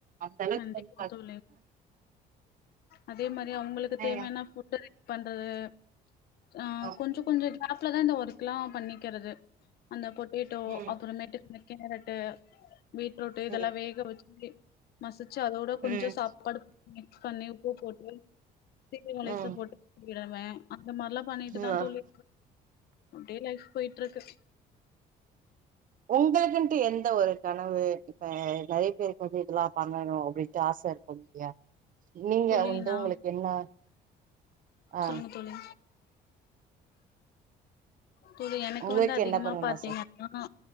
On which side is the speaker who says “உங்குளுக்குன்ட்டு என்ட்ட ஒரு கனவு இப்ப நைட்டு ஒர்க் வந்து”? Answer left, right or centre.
Right